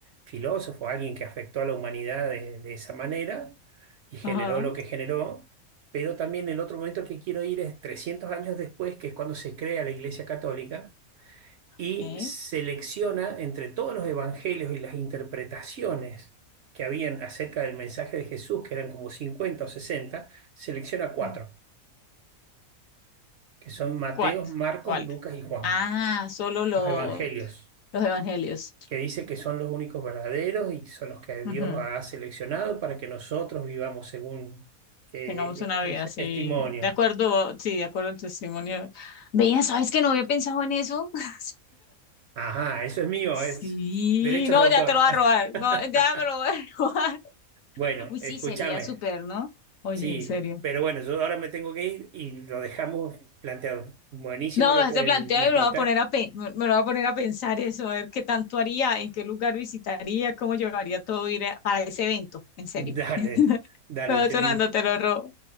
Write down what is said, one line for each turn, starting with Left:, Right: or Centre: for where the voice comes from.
Right: filósofo, alguien que afectó a la humanidad de, de esa manera y generó
Left: Ajá.
Right: lo que generó. Pero también el otro momento que quiero ir es 300 años después, que es cuando se crea la Iglesia Católica y
Left: ¿Qué?
Right: selecciona entre todos los evangelios y las interpretaciones que habían acerca del mensaje de Jesús, que eran como cincuenta o sesenta selecciona cuatro,
Left: Eh,
Right: que son Mateo,
Left: ¿Cuál?
Right: Marcos,
Left: ¿Cuál?
Right: Lucas y Juan,
Left: Ah, solo lo-
Right: los evangelios,
Left: los evangelios.
Right: que dice que son los únicos verdaderos y son los que Dios
Left: Ujú.
Right: ha seleccionado para que nosotros vivamos según eh,
Left: Tengamos una vida
Right: ese
Left: así,
Right: testimonio.
Left: de acuerdo, sí, de acuerdo al testimonio. Veía, ¿sabes que no había pensado en eso? <laughs>
Right: Ajá, eso es mío,
Left: Sí,
Right: es derechos
Left: no,
Right: de autor.
Left: ya te lo voy a robar,
Right: <laughs>
Left: no, ya me lo voy a <laughs> robar.
Right: Bueno,
Left: Uy,
Right: escúchame.
Left: sí, sería súper, ¿no? Oye,
Right: Sí,
Left: en serio.
Right: pero bueno, yo ahora me tengo que ir y lo dejamos planteado. Buenísimo
Left: No,
Right: lo
Left: me hace
Right: que
Left: plantear
Right: me
Left: y
Right: contaste.
Left: me lo voy a poner a, pe- me me lo voy a poner a pensar eso, a ver qué tanto haría, en qué lugar visitaría, cómo llevaría todo ir a- para ese evento, en
Right: <laughs>
Left: serio.
Right: Dale,
Left: <laughs>
Right: dale,
Left: Pero
Right: te,
Left: sonando, te lo robo.